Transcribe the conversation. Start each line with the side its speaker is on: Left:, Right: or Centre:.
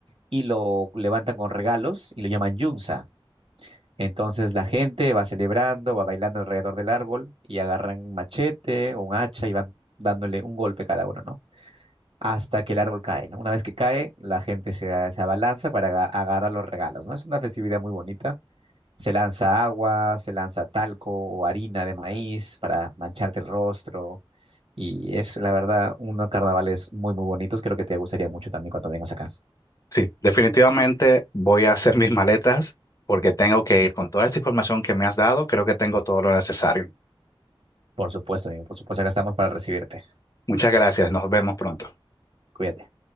Right: y lo levantan con regalos y lo llaman yunza. Entonces la gente va celebrando, va bailando alrededor del árbol y agarran un machete o un hacha y van dándole un golpe cada uno, ¿no? Hasta que el árbol cae, ¿no? Una vez que cae, la gente se, a- se abalanza para aga- agarrar los regalos, ¿no? Es una festividad muy bonita. Se lanza agua, se lanza talco o harina de maíz para mancharte el rostro. Y es, la verdad, unos carnavales muy, muy bonitos. Creo que te gustaría mucho también cuando vengas acá.
Left: Sí, definitivamente voy a hacer mis maletas porque tengo que ir con toda esta información que me has dado. Creo que tengo todo lo necesario.
Right: Por supuesto, amigo, por supuesto, acá estamos para recibirte.
Left: Muchas gracias. Nos vemos pronto.
Right: Cuídate.